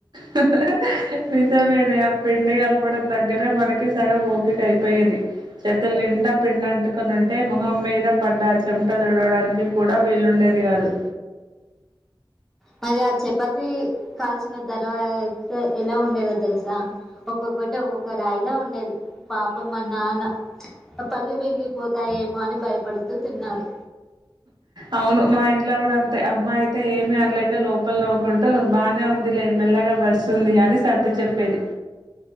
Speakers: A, on the right; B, in the centre.
A: <unintelligible> వసా వెరే పిండి కలపడం దగ్గరే మనకి సగం ఓపిక అయిపోయేది చేతులు నిండా పిండి అంటుకొని ఉంటే మొహం మీద పడ్డాచ్చు చెమట తడవడానికి కూడా వీలుండేది కాదు
B: మరి ఆ చపాతి కాల్చిన తర్వాత ఎలా ఉండేదో తెలుసా ఒక్కొక్కటి ఒక్కొక్క రాయిలా ఉండేది పాపం మా నాన్న పళ్లు విరిగిపోతాయేమో అని భయపడుతూ తిన్నారు
A: అవును మా ఇంట్లో కూడా అంతే అమ్మాయి అయితే ఏమి అనలేక లోపల నవ్వుకుంటూ బానే ఉంది లే మెల్లగా వస్తుంది అని సర్ది చెప్పేది